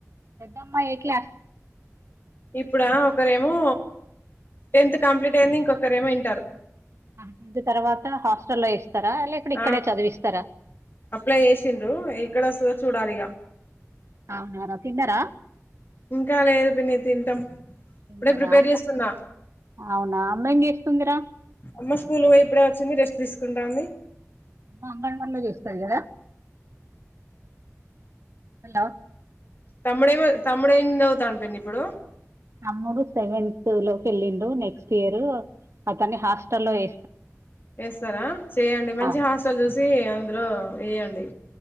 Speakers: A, on the right; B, on the left.
A: పెద్ద అమ్మాయి ఏ క్లాస్
B: ఇప్పుడా ఒకరేమో టెన్త్ కంప్లీట్ అయింది ఇంకొకరేమో ఇంటర్
A: హ టెన్త్ తర్వాత హాస్టల్లో ఎస్ స్తారా లేకుంటే
B: ఆ
A: ఇక్కడే చదివిస్తారా
B: అప్లై చేసిండ్రు ఎక్కడ వస్తదో చూడాలి ఇగ
A: అవునారా తిన్నార
B: ఇంకా లేదు పిన్ని తింటాం
A: తింటారా
B: ఇప్పుడే ప్రిపేర్
A: అమ్మ
B: చేస్తున్నా
A: అవునా అమ్మ ఏం చేస్తుందిరా
B: అమ్మ స్కూల్ పోయి ఇప్పుడే వచ్చింది రెస్ట్ తీసుకుంటా ఉంది
A: అమ్మ అంగన్వాడి లో చేస్తది కదా హలో
B: తమ్ముడెమో తమ్ముడు ఏమి చదువుతాండు పిన్ని ఇప్పుడు
A: తమ్ముడు సెవెన్త్ లోకి వెళ్ళిండు నెక్స్ట్ ఇయర్ అతన్ని హాస్టల్ లో వే
B: వేస్తారా చేయండి మంచి
A: ఆ
B: హాస్టల్ చూసి అందులో వేయండి